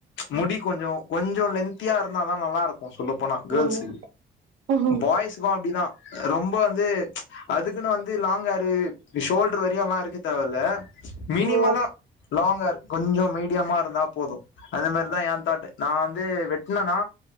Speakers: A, on the left (about 70°); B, on the right (about 75°).
A: முடி கொஞ்சொ கொஞ்சொ லென்த் த்தியா இருந்தாதா நல்லாருக் கு சொல்ல போனா கேர்ள்ஸு
B: ஆமா ம்ஹ்ம்.
A: பாய்ஸ்கு அப்டிதா ரொம்ப வந்து அதுக்குன்னு வந்து லாங் ஹேரு வி ஷோல்டர் வரையுலா இருக்க தேவல்ல மினிமலா
B: ஓ
A: லாங் ஃகேர் கொஞ்சொ மீடியமா இருந்தா போது அதே மாரிதா ஏ தாட்டு நா வந்து வெட்னனா